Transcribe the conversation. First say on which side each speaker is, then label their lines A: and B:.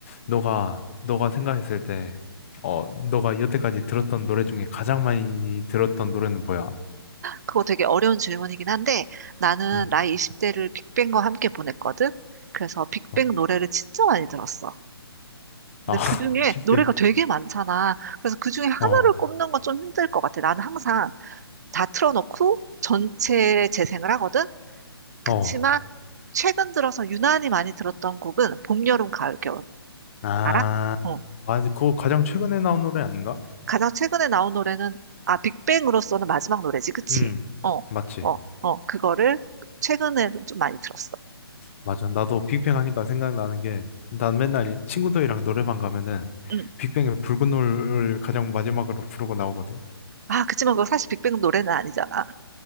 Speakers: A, on the left (about 30°); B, on the right (about 45°).
A: 너가, 너가 생각했을 때, 어, 너가 여태까지 들었던 노래 중에 가장 많이 들었던 노래는 뭐야?
B: 그거 되게 어려운 질문이긴 한데 나는
A: 음,
B: 나이 20대를 빅뱅과 함께 보냈거든. 그래서 빅뱅
A: 어,
B: 노래를 진짜 많이 들었어. 근데
A: 아, <laughs>
B: 그중에 노래가
A: 빅뱅.
B: 되게 많잖아. 그래서 그중에 하나를
A: 어,
B: 꼽는 건 좀 힘들 것 같아. 나는 항상 다 틀어놓고 전체 재생을 하거든. 그치만
A: 어.
B: 최근 들어서 유난히 많이 들었던 곡은 봄, 여름, 가을, 겨울.
A: 아,
B: 알아? 어.
A: 아, 그거 가장 최근에 나온 노래 아닌가?
B: 가장 최근에 나온 노래는 아 빅뱅으로서는 마지막 노래지, 그치?
A: 음,
B: 어,
A: 맞지.
B: 어, 어. 그거를 최근에 좀 많이 들었어.
A: 맞아. 나도 빅뱅 하니까 생각나는 게, 난 맨날 친구들이랑 노래방 가면은
B: 응.
A: 빅뱅의 붉은 노을 가장 마지막으로 부르고 나오거든.
B: 아, 그치만 그거 사실 빅뱅 노래는 아니잖아.